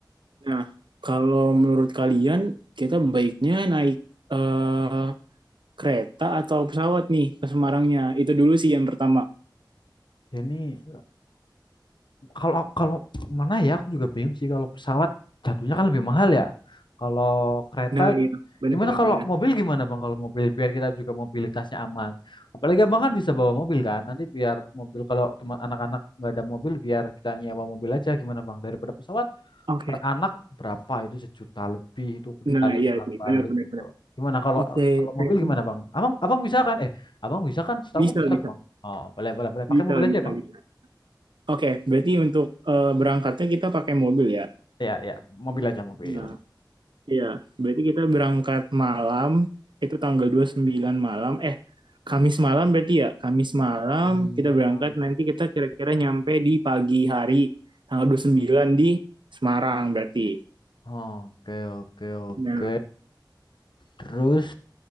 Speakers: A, on the right; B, on the left.
A: Nah kalau menurut kalian kita baiknya naik eh kereta atau pesawat nih ke Semarangnya. Itu dulu sih yang pertama.
B: ini kalau kalau mana ya aku juga bingung sih kalau pesawat jatuhnya kan lebih mahal ya. Kalau kereta
A: Nah, iya. Benar,
B: gimana
A: benar,
B: kalau
A: benar.
B: mobil gimana Bang kalau mobil biar kita juga mobilitasnya aman. Apalagi Abang kan bisa bawa mobil kan. Nanti biar mobil kalau teman anak-anak nggak ada mobil biar kita nyewa mobil aja gimana Bang daripada pesawat
A: Oke.
B: per anak berapa itu sejuta lebih itu dikali
A: Nah, iya
B: bolak-balik
A: sih. Benar, benar,
B: gitu.
A: benar.
B: Gimana kalau
A: Oke.
B: kalau
A: Kayaknya
B: mobil gimana bang? Abang abang bisa kan? Eh abang bisa kan? Setahu
A: bisa,
B: aku bisa
A: bisa.
B: loh bang. Oh boleh boleh boleh. Pakai
A: Bisa,
B: mobil aja
A: bisa,
B: ya bang?
A: bisa. Oke, berarti untuk eh, berangkatnya kita pakai mobil ya?
B: Ya ya mobil aja mobil.
A: Nah, iya. Berarti kita berangkat malam, itu tanggal 29 malam. Eh, Kamis malam berarti ya? Kamis malam
B: Iya
A: kita berangkat,
B: kamu.
A: nanti kita kira-kira nyampe di pagi hari, tanggal 29 di Semarang berarti.
B: Oke oke oke.
A: Nah,
B: Terus